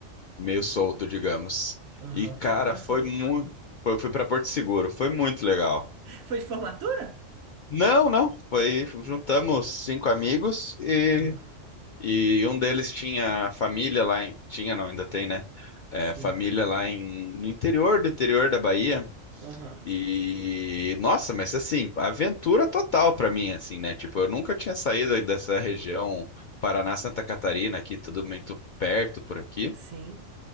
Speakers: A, on the left (about 70°); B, on the right (about 65°).
A: meio solto, digamos.
B: Aham.
A: E, cara,
B: Co- Como
A: foi
B: é que foi?
A: muito, foi, fui pra Porto Seguro, foi muito legal.
B: <laughs> Foi de formatura?
A: Não, não. Foi, juntamos cinco amigos e,
B: Aham.
A: e um deles tinha família lá em, tinha não, ainda tem, né? É,
B: Sim.
A: família lá em, no interior do interior da Bahia.
B: Aham.
A: E nossa, mas assim, aventura total pra mim, assim, né? Tipo, eu nunca tinha saído dessa região Paraná, Santa Catarina, aqui tudo muito perto por aqui.
B: Sim.